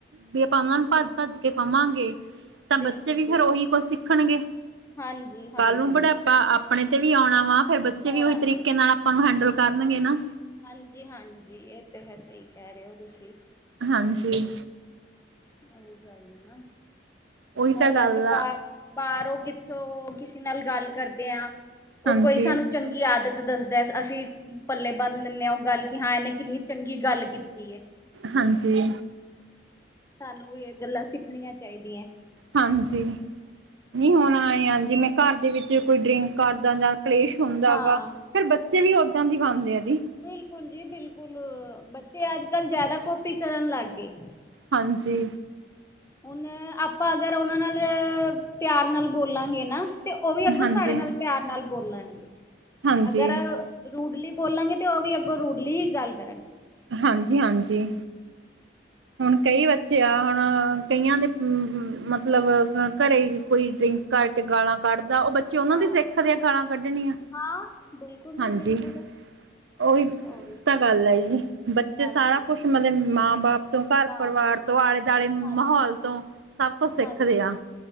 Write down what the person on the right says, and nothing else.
ਵੀ ਆਪਾਂ ਉਹਨਾਂ ਨੂੰ ਭੱਜ-
ਭੱਜ ਕੇ। ਕੇ ਪਵਾਂਗੇ ਤਾਂ
ਬੱਚੇ ਵੀ
ਫੇਰ ਉਹੀ ਕੁਛ ਸਿੱਖਣਗੇ।
ਕੱਲ ਨੂੰ ਬੁਢਾਪਾ ਅਪ- ਆਪਣੇ ਤੇ ਵੀ ਆਉਣਾ ਵਾ ਫੇਰ ਬੱਚੇ
ਵੀ ਉਹੀ ਤਰੀਕੇ ਨਾਲ ਆਪਾਂ ਨੂੰ ਹੈਂਡਲ ਕਰਨਗੇ ਨਾ।
ਹਾਂ ਜੀ।
ਉਹੀ ਤਾਂ
ਗੱਲ
ਆ
ਹਾਂਜੀ
ਹਾਂ ਜੀ।
ਹਾਂ ਜੀ, ਨਹੀਂ
ਹੁਣ ਆਏ ਆ। ਜਿਵੇਂ ਘਰ ਦੇ ਵਿੱਚ ਕੋਈ ਡਰਿੰਕ ਕਰਦਾ ਗਾ ਜਾਂ ਕਲੇਸ਼ ਹੁੰਦਾ
ਵਾ, ਫੇਰ ਬੱਚੇ ਵੀ ਓਦਾਂ ਦੀ ਬਣਦੇ ਆ ਜੀ।
ਹਾਂ ਜੀ।
ਹਾਂਜੀ
ਹਾਂਜੀ
ਹਾਂਜੀ -ਹਾਂਜੀ। ਹੁਣ ਕਈ ਬੱਚੇ ਆ। ਹੁਣ ਅ ਕਈਆਂ ਅਅਮ ਦੇ ਮਤਲਬ ਘਰੇ ਕੋਈ ਡਰਿੰਕ ਕਰਕੇ ਗਾਲਾਂ ਕੱਢਦਾ। ਉਹ ਬੱਚੇ ਉਹਨਾਂ
ਤੋ ਸਿੱਖਦੇ ਆਂ ਗਾਲਾਂ ਕੱਢਣੀਆਂ।
ਹਾਂ
ਜੀ, ਉ ਓਹੀ
ਤਾਂ ਗੱਲ ਹੈ ਜੀ, ਬੱਚੇ
ਸਾਰਾ ਕੁਛ ਉਹਨਾਂ ਦੇ ਮਾਂ ਬਾਪ ਤੋਂ ਘਰ
ਪਰਿਵਾਰ
ਤੋਂ ਆਲੇ ਦਆਲੇ
ਮਾਹੌਲ ਤੋਂ ਸਭ ਕੁਛ ਸਿੱਖਦੇ
ਆ।